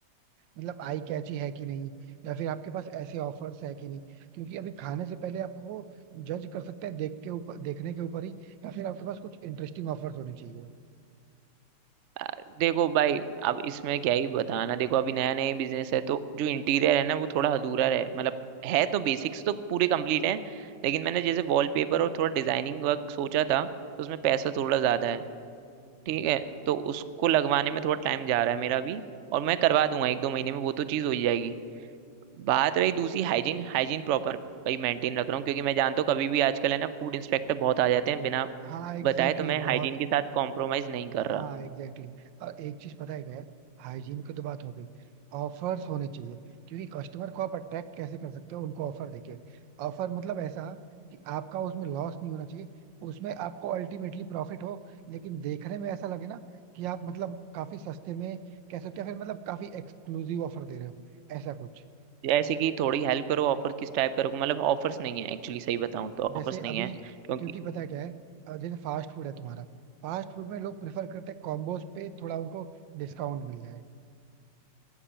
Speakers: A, on the right; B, on the right.
A: मतलब आई कैची है कि नहीं या फिर आपके पास ऐसे ऑफर्स है कि नहीं क्योंकि अभी खाने से पहले आपको वो जज कर सकते हैं देख के ऊपर देखने के ऊपर ही या फिर आपके पास कुछ इंटरेस्टिंग ऑफर्स होने चाहिए
B: आ, देखो भाई अब इसमें क्या ही बताना देखो अभी नया नया बिजनेस है तो जो इंटीरियर है ना वो थोड़ा अधूरा है मतलब है तो बेसिक्स तो पूरे कंप्लीट है लेकिन मैंने जैसे वॉलपेपर और थोड़ा डिजाइनिंग वर्क सोचा था तो उसमें पैसा थोड़ा ज्यादा है ठीक है तो उसको लगवाने में थोड़ा टाइम जा रहा है मेरा भी और मैं करवा दूंगा एक दो महीने में वो तो चीज़ हो ही जाएगी बात रही दूसरी हाइजीन हाइजीन प्रॉपर भाई मेंटेन रख रहा हूँ क्योंकि मैं जानता हूँ कभी भी आजकल है ना फूड इंस्पेक्टर बहुत आ जाते हैं बिना
A: हाँ एग्जैक्टली
B: बताए तो मैं
A: exactly, बहुत
B: हाइजीन के साथ कॉम्प्रोमाइज नहीं कर रहा
A: हाँ एग्जैक्टली exactly. और एक चीज पता है क्या है हाइजीन की तो बात हो गई ऑफर्स होने चाहिए क्योंकि कस्टमर को आप अट्रैक्ट कैसे कर सकते हो उनको ऑफर देके ऑफर मतलब ऐसा कि आपका उसमें लॉस नहीं होना चाहिए उसमें आपको अल्टीमेटली प्रॉफिट हो लेकिन देखने में ऐसा लगे ना कि आप मतलब काफी सस्ते में कह सकते हो या फिर मतलब काफी एक्सक्लूसिव ऑफर दे रहे हो ऐसा कुछ
B: जैसे कि थोड़ी हेल्प करो ऑफर किस टाइप का रखूँ मतलब ऑफर्स नहीं है एक्चुअली सही बताऊँ तो
A: जैसे
B: ऑफर्स नहीं
A: अभी
B: है क्योंकि
A: क्योंकि पता है क्या है अ, जैसे फास्ट फूड है तुम्हारा फास्ट फूड में लोग प्रेफर करते हैं कॉम्बोज पे थोड़ा उनको डिस्काउंट मिल जाए